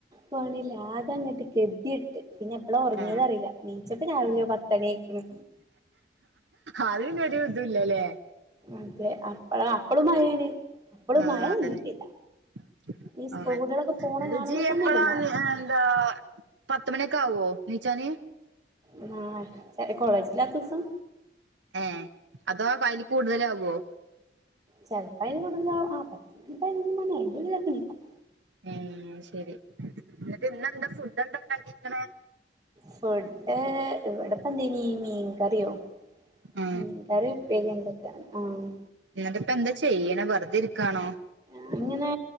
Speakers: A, on the right; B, on the right.
A: ഫോണിലാകെങ്ങട്ട് ഗെത്യെട്ട് പിന്നെപ്പള ഒർങ്ങ്യതറിയില
B: ആഹ്
A: നീച്ചപ്പ രാവിലെ പത്തണ്യായിക്ക്ണ്
B: അഹ് പിന്നൊരു ഇതുല്ലല്ലേ
A: അതെ അപ്പ അഹ് അപ്പളും മഴേണ് അപ്പളും
B: ആഹ്
A: മഴ നിന്നിട്ടില്ല
B: അതന്നെ <unintelligible>
A: ഈ സ്കൂൾ കുട്ടികളൊക്കെ പോണ
B: എന്നിട്ട്
A: കാണുമ്പോ
B: ജി
A: തന്നെ
B: എപ്പളാണ്
A: എടങ്ങേറ്
B: എന്താ പത്തുമണിയൊക്കെ ആവോ എനീച്ചാന്
A: ആഹ് ചെലെ കോളേജിലാത്ത ദിവസം
B: ഏഹ് അതോ അയ്ൽ കൂടുതലാകോ
A: ചെൽപ്പയ്ല് കൂടുതലാവും ആഹ് പത്ത് പൈനൊന്ന്മണി അയ്ന്റുള്ളിലൊക്കെ എണീക്കും
B: ഉം ശരി എന്നട്ട് ഇന്നെന്താ ഫുഡെന്താ ഇണ്ടാക്കീക്കണ്
A: ഫുഡ് ഇവിടെപ്പെന്തേനി മീൻ കറിയോ
B: ആ
A: മീൻകറി ഉപ്പേരി എന്തൊക്ക്യാണ് ആഹ്
B: എന്നട്ടിപ്പെന്താ ചെയ്യണെ വെർതിരിക്കാണോ
A: ഞാ ഇങ്ങനേ